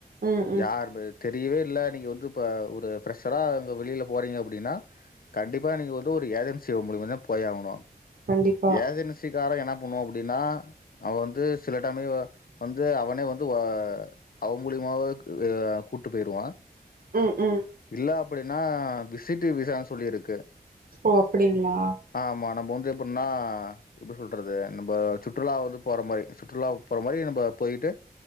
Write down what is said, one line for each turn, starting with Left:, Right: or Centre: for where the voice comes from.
Right: ம் ம்
Left: யார்பே தெரிய்வே இல்ல நீங்க வந்து இப்ப ஒரு ஃப்ரஷ்ஷரா ங்க வெளில போறீங்க அப்புடினா கண்டிப்பா நீங்க வந்து ஒரு ஏஜன்சியவ் மூலியமாதான போய் ஆவுணு
Right: கண்டிப்பா
Left: ஏஜன்சி கார என்ன பண்ணுவா அப்புடினா அவ வந்து சில டம் இவ வந்து அவனே வந்து வ அவ மூலியமாவ வே கூட்டு பெய்ருவா
Right: ம் ம்
Left: இல்ல அப்படினா விசிட்டு விசான் சொல்லி இருக்கு
Right: ஓ அப்புடிங்ளா
Left: ஆமா நம்ப வந்து எப்புட்னா எப்ப சொல்றது நம்ப சுற்றுலா வந்து போற மாரி சுற்றுலாவுக் போற மா அயு நம்ப போயிட்டு